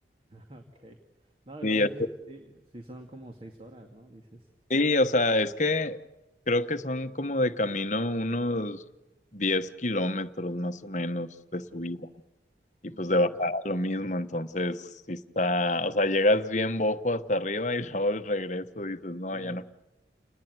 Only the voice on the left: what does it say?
Y
ya
está.
sí, o sea, es que creo que son como de camino unos 10 kilómetros más o menos de
subida. Y
pues de bajada lo mismo, entonces si está, o sea, llegas bien bojo hasta arriba y <laughs> luego el regreso dices, no,
ya no.